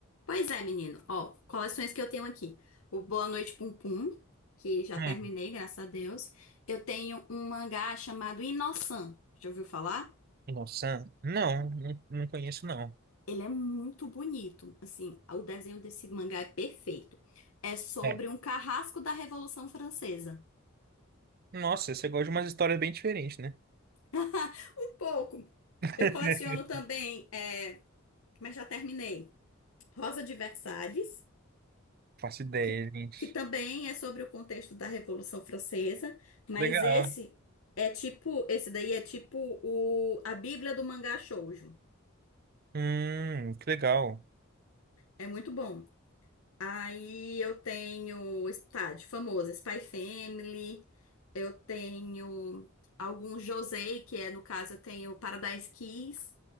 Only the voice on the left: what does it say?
Pois é, menino. Ó, coleções que eu tenho aqui. O Boa Noite Pum Pum, que já
terminei, graças a Deus. Eu tenho um mangá chamado Inosan. Já ouviu falar?
Ele é muito bonito. Assim, o desenho desse mangá é perfeito. É sobre
um carrasco da Revolução Francesa.
<laughs> Um pouco.
Eu coleciono também, é, mas já terminei. Rosa de Versalhes.
que,
que também é sobre o contexto da Revolução Francesa, mas
esse é tipo, esse daí é tipo o, a Bíblia do mangá shoujo.
É muito bom. Aí eu tenho, tá, de famosa, Spy Family, eu tenho alguns Josei, que é, no caso, eu tenho Paradise Kiss,